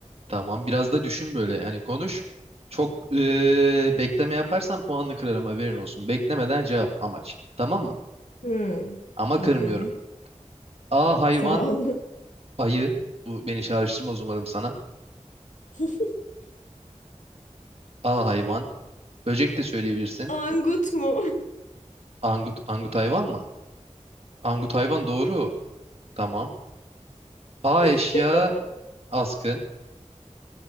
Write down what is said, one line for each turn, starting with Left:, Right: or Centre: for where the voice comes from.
Right: Tamam biraz da düşün böyle hani konuş. Çok eee, bekleme yaparsan puanını kırarım haberin olsun. Beklemeden cevap amaç. Tamam mı?
Left: Hmm,
Right: Ama
Left: tamam.
Right: kırmıyorum. A hayvan
Left: Sağ ol.
Right: ayı. Bu beni çağrıştırmaz umarım sana.
Left: <laughs>
Right: A hayvan. Böcek de söyleyebilirsin.
Left: Angut mu?
Right: Angut, angut hayvan mı? Angut hayvan doğru. Tamam. A
Left: <laughs>
Right: eşya askı.